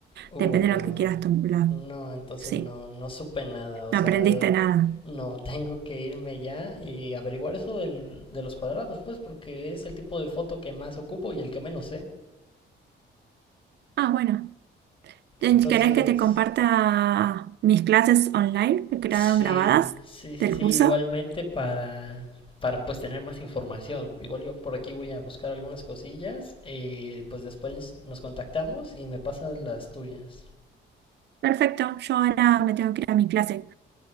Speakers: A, on the left (about 25°); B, on the right (about 60°).
A: Uy,
B: Depende
A: no,
B: de lo que quieras tomar.
A: No, entonces
B: Sí,
A: no, no supe nada, o
B: no
A: sea,
B: aprendiste nada.
A: no, <laughs> tengo que irme ya y averiguar eso del- de los cuadrados, pues, porque es el tipo de foto que más ocupo y el que menos sé.
B: Ah, bueno. Ten-
A: Entonces,
B: ¿Querés que te comparta mis clases online que quedaron
A: sí,
B: grabadas
A: sí, sí,
B: del
A: sí,
B: curso?
A: igualmente para, para pues tener más información. Igual yo por aquí voy a buscar algunas cosillas y pues después nos contactamos y me pasas las tuyas.
B: Perfecto, yo ahora me tengo que ir a mi clase.